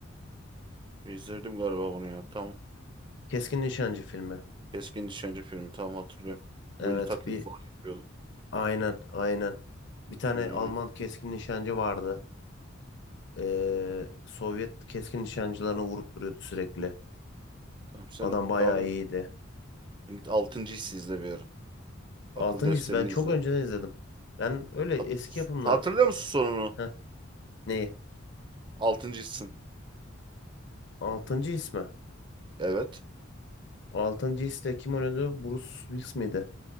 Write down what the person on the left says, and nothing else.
Keskin Nişancı filmi.
Evet
bir
aynen aynen. Bir tane
Alman keskin nişancı vardı. Ee, Sovyet keskin nişancılarına vurup duruyordu sürekli.
Adam bayağı
iyiydi.
Altıncı
His ben çok
önceden izledim. Ben öyle eski
yapımlar...
Heh, neyi?
Altıncı His mi?
Altıncı His'te kim oynuyordu? Bruce Willis miydi?